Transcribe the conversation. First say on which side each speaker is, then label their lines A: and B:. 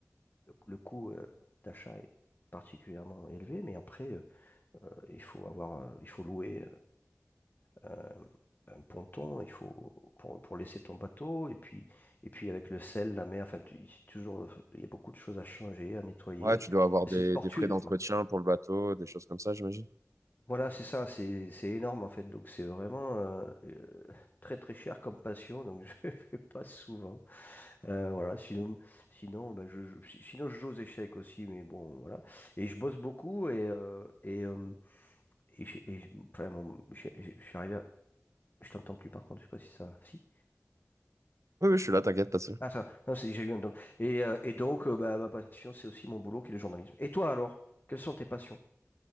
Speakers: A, on the left; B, on the right.
A: le, le coût euh, d'achat est particulièrement élevé, mais après, euh, euh, il faut avoir, euh, il faut louer euh, un ponton, il faut pour, pour laisser ton bateau, et puis, et puis avec le sel, la mer, enfin, tu- c'est toujours, il y a beaucoup de choses à changer, à nettoyer.
B: Ouais, tu dois avoir des,
A: C'est une fortune,
B: des frais d'entretien
A: quoi.
B: pour le bateau, des choses comme ça, j'imagine.
A: Voilà, c'est ça, c'est c'est énorme en fait. Donc c'est vraiment euh, euh, très très cher comme passion, donc <laughs> je ne fais pas souvent. Euh, voilà, sinon sinon bah, je, je- si- sinon je joue aux échecs aussi, mais bon voilà. Et je bosse beaucoup et euh, et, euh, et, j'ai- et j'ai- enfin bon, j'ai- j'ai- je suis arrivé à... Je t'entends plus par contre, je sais pas si ça. Si?
B: Oui, oui, je suis là, t'inquiète, pas
A: Ah ça, non, c'est- j'ai eu un donc. Et, euh, et donc euh, bah, ma passion, c'est aussi mon boulot qui est le journalisme. Et toi alors, quelles sont tes passions?